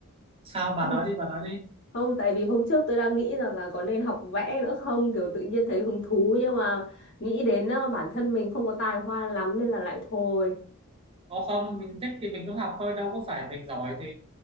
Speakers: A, on the right; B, on the left.
A: sao bà
B: Không,
A: nói đi bà nói đi
B: không tại vì hôm trước tôi đang nghĩ rằng là có nên học vẽ nữa không kiểu tự nhiên thấy hứng thú nhưng mà nghĩ đến ờ, bản thân mình không có tài hoa lắm nên là lại thôi
A: Ồ không, mình thích thì mình cứ học thôi, đâu có phải mình giỏi thì